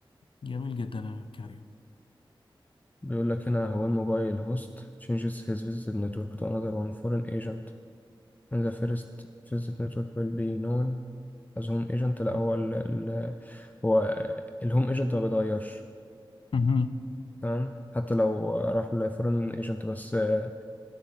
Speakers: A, on the left; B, on the left.
A: جميل جدا يا كريم
B: بيقول لك هنا هو الموبايل هوست changes his visit network to another one foreign agent and the first visit network will be known as home agent لا هو ال ال هو الهوم agent ما بيتغيرش
A: مهم.
B: تمام حتى لو راح لفورين ايجنت بس آه